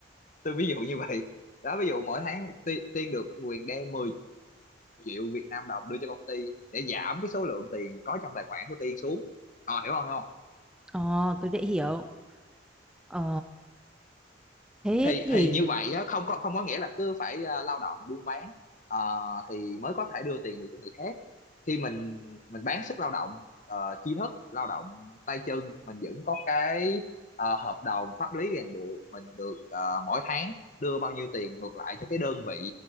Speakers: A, on the left; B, in the centre.
A: tôi ví dụ như vậy đó ví dụ mỗi tháng Ti- Tiên được quyền đem 10 triệu Việt Nam đồng đưa cho công ty để giảm cái số lượng tiền có trong tài khoản của Tiên xuống Ờ, hiểu không hiểu không
B: ờ, tôi đã hiểu ờ, thế
A: thì
B: thì
A: thì như vậy á, không có không có nghĩa là cứ phải à, lao động buôn bán ờ, thì mới có thể đưa tiền được cho người khác khi mình mình bán sức lao động ờ, tri thức lao động tay chân mình vẫn có cái ờ, hợp đồng pháp lý ràng buộc mình được ờ, mỗi tháng đưa bao nhiêu tiền ngược lại cho cái đơn vị